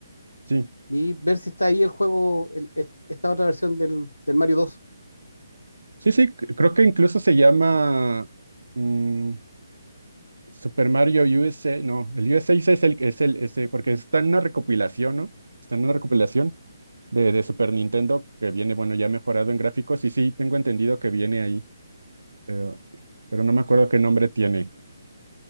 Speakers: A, on the right; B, on the left.
A: Sí,
B: y ver si está ahí el juego, el- est- esta otra versión del, del Mario dos
A: sí, sí, c- creo que incluso se llama mm, Super Mario U USA. No, el U S USA es el, es el, ese, porque está en una recopilación, ¿no? Está en una recopilación de, de Super Nintendo que viene, bueno, ya mejorado en gráficos y sí, tengo entendido que viene ahí, pero, pero no me acuerdo qué nombre tiene.